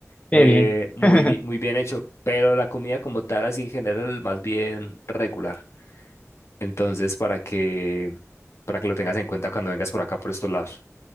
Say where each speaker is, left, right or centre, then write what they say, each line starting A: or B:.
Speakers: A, on the left; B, on the left.
A: eh,
B: Qué bien.
A: muy,
B: <laughs>
A: bi- muy bien hecho, pero la comida como tal, así en general, más bien regular. Entonces, para que, para que lo tengas en cuenta cuando vengas por acá, por estos lados.